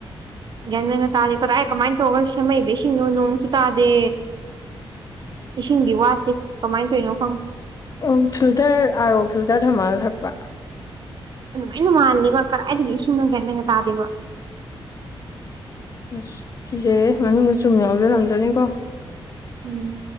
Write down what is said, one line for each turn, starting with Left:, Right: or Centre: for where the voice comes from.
Right: ꯒ꯭ꯌꯥꯟ ꯃꯦꯟꯟꯅ ꯇꯥꯗꯦ ꯀꯔꯣ ꯑꯩꯥꯏ ꯀꯃꯥꯏꯅ ꯇꯧꯔꯒ ꯁꯦꯝꯃꯛꯩꯏꯕꯦ ꯏꯁꯤꯡꯗꯣ ꯅꯣꯡꯁꯨ ꯇꯥꯗꯦ ꯏꯁꯤꯡꯗꯤ ꯋꯥꯠꯇꯦ ꯀꯃꯥꯏꯅ ꯇꯧꯏꯅꯣ ꯈꯪ
Left: ꯎꯝ ꯐꯤꯜꯇꯔ ꯑꯥꯔ ꯑꯣ ꯐꯤꯜꯇꯔ ꯊꯝꯃꯒ ꯊꯛꯄ
Right: ꯑꯗꯨꯃꯥꯏꯅ ꯃꯥꯂꯦꯜꯕ ꯀꯗꯥꯥꯏꯗꯒꯤ ꯏꯁꯤꯡꯅꯣ ꯒ꯭ꯌꯥꯟ ꯃꯦꯟꯒ ꯇꯥꯗꯦꯕ
Left: ꯑꯁ ꯀꯤꯖꯩꯌꯦ ꯃꯅꯨꯡꯗ ꯆꯨꯝ ꯌꯥꯎꯖꯔꯝꯖꯅꯤꯀꯣ
Right: ꯎꯝ